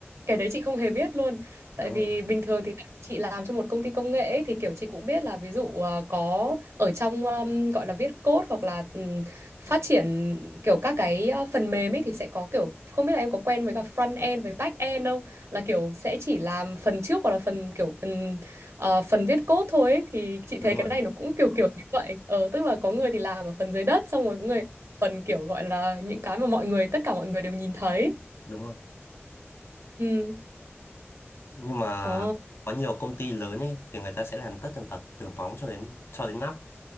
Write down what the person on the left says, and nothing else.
đúng
rồi,
đúng
rồi,
đúng rồi.
Nhưng mà
có nhiều công ty lớn ấy thì người ta sẽ làm tất tần tật từ móng cho đến cho đến nóc.